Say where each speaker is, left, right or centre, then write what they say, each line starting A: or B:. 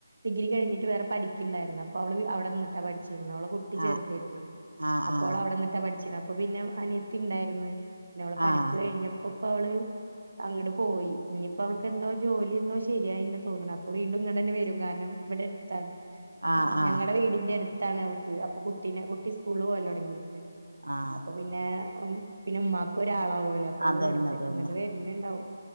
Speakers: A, on the right; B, on the right.
A: ഡിഗ്രി കഴിഞ്ഞിട്ട് വേറെ പഠിക്കണ്ടായിരുന്നു. അപ്പോ അവള് അവിടെന്നിട്ട പഠിച്ചിരുന്നെ. അവള കു ട്ടി ചേർതേര്ന്നേ.
B: ആഹ് ആഹ്
A: അപ്പോ
B: ആഹ്
A: അവള അവിടെന്നിട്ടാ പഠിച്ചിരുന്ന. അപ്പൊ പിന്നെ അനിയത്തി ഇണ്ടായിരിന്ന്. പിന്നെ അവള് പഠിപ്പ്
B: ആഹ്
A: കഴിഞ്ഞപ്പോ ഇപ്പ അവള്, അങ്ങട് പോയി. ഇനിയിപ്പോ അവൾക്ക് എന്തോ ജോലി എന്തോ ശരിയായി തോന്നണം. അപ്പൊ വീണ്ടും ഇങ്ങട് തന്നെ വരും. കാരണം <unintelligible>
B: ആഹ് ആഹ്
A: ഞങ്ങടെ വീടിന്റെ അടുത്താണ് അവൾക്ക് അപ്പൊ കുട്ടീനെ കൂട്ടി സ്കൂളില് പോവല് തുടങ്ങിക്കുന്നത്
B: ആഹ്
A: അപ്പൊ പിന്നെ ഉം പിന്നെ ഉമ്മാക്കും ഒരാളാവുമല്ലോ അപ്പൊ അവള്
B: അതന്നെ
A: വിടെതന്നെ
B: അതന്നെ
A: ഇങ്ങോട്ട് വരുന്നുണ്ടാവും